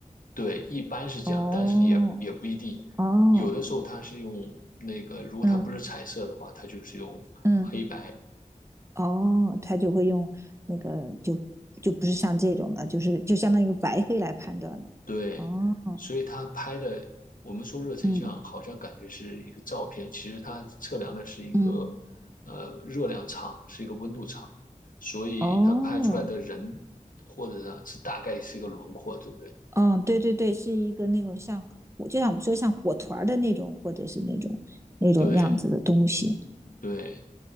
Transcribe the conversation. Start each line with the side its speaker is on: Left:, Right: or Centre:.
Left: 对，一般是这样，
Right: 哦
Left: 但是也也不一定，
Right: 哦，
Left: 有的时候它是用那个，如果它不是彩色的话，
Right: 嗯
Left: 它就是用黑白。
Right: 嗯，哦，它就会用那个就就不是像这种的，就是就相当于白黑来判断了。
Left: 对，
Right: 哦，
Left: 所以它拍的，我们说热成像，
Right: 嗯
Left: 好像感觉是一个照片，其实它测量的是一个呃热量场，
Right: 嗯，
Left: 是一个温度场，所以它拍出来的人或者呢是大概是一个轮廓，
Right: 哦，
Left: 对不对？
Right: 嗯，对对对，是一个那种像就像我们说像火团儿的那种，或者是那种那种样子的东西。
Left: 对对。